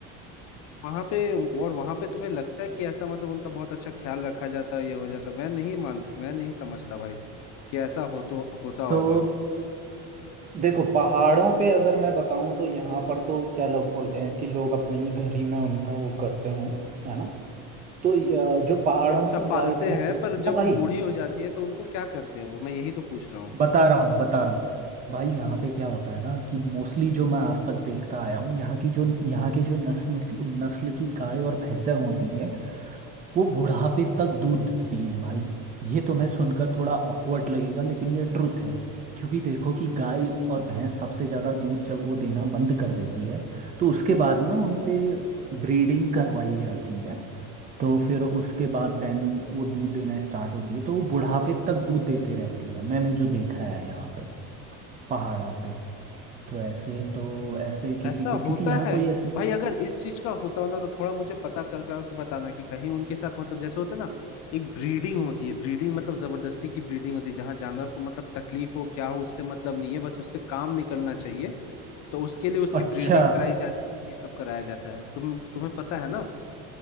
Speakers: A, on the left; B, on the right.
A: वहां पे और वहां पे तुम्हें लगता है कि ऐसा मतलब उनका बहुत अच्छा ख्याल रखा जाता है ये हो जाता मैं नहीं मान मैं नहीं समझता भाई कि ऐसा हो तो होता होगा
B: तो देखो पहाड़ों पे अगर मैं बताऊं तो यहाँ पर तो क्या लोग बोलते हैं कि लोग अपने ही घर ही में उनका वो करते हैं है ना तो अ, जो पहाड़ों
A: अच्छा
B: की
A: पालते
B: गाय भैंस
A: हैं
B: होती
A: पर
B: है ना
A: जब
B: भाई
A: वो बूढ़ी हो जाती है तो उनको क्या करते हैं वो मैं यही तो पूछ रहा हूँ
B: बता रहा हूँ बता रहा हूँ भाई यहाँ
A: हम्म,
B: पे क्या होता है ना कि मोस्टली जो मैं आज तक देखता आया हूँ यहाँ की जो यहाँ के जो नस्ल नस्ल की गाय और भैंसें होती हैं वो बुढ़ापे तक दूध देती हैं भाई ये तुम्हें सुनकर थोड़ा ऑकवर्ड लगेगा लेकिन ये ट्रुथ है क्योंकि देखो कि गाय और भैंस सबसे ज़्यादा दूध जब वो देना बंद कर देती है तो उसके बाद ना उनपे ब्रीडिंग करवाई जाती है तो फिर उसके बाद देन वो दूध देना स्टार्ट होती है तो वो बुढ़ापे तक दूध देते रहती है मैंने जो देखा है यहाँ पे पहाड़ों पे तो ऐसे तो ऐसे किसी
A: ऐसा
B: को क्योंकि
A: होता
B: यहाँ
A: है
B: कोई ऐसे
A: भाई अगर इस चीज का होता हो ना तो थोड़ा मुझे पता कर करके बताना कि कहीं उनके साथ मतलब जैसे होता है ना एक ब्रीडिंग होती है ब्रीडिंग मतलब जबरदस्ती की ब्रीडिंग होती है जहाँ जानवर को मतलब तकलीफ हो क्या हो उससे मतलब नहीं है बस उससे काम निकलना चाहिए तो उसके लिए उसकी
B: अच्छा
A: ब्रीडिंग कराई जाती है ये सब कराया जाता है तुम तुम्हें पता है ना